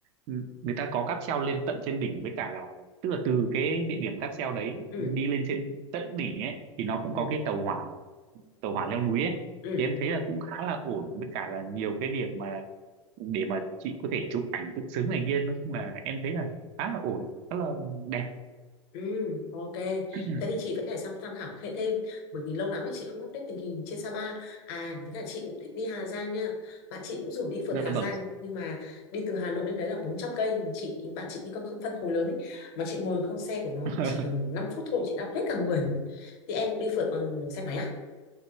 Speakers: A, on the right (about 40°); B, on the left (about 50°).
A: ừ, người ta có cáp treo lên tận trên đỉnh với cả là tức là từ cái địa điểm cáp treo đấy
B: ừ,
A: đi lên trên tận đỉnh ấy thì nó cũng
B: ừ,
A: có cái tàu hỏa tàu hỏa leo núi ấy
B: ừ.
A: thì em thấy là cũng khá là ổn với cả là nhiều cái điểm mà để mà chị có thể chụp ảnh tự xứng này kia nói chung là em thấy là khá là ổn khá là đẹp
B: Ừ, ok.
A: <clears throat>
B: Thế thì chị vẫn phải tham tham khảo hệ thêm bởi vì lâu lắm rồi chị không update tình hình trên Sapa. À, với cả chị cũng thích đi Hà Giang nha. Bạn chị cũng rủ đi phượt
A: dạ
B: Hà Giang
A: vâng
B: nhưng mà đi từ Hà Nội đến đấy là bốn trăm cây mà chị bạn chị đi con không phân khối lớn ấy mà chị ngồi không xe của nó
A: <laughs>
B: mà chỉ cần 5 phút thôi chị đau hết cả người rồi. Thì em cũng đi phượt bằng xe máy à?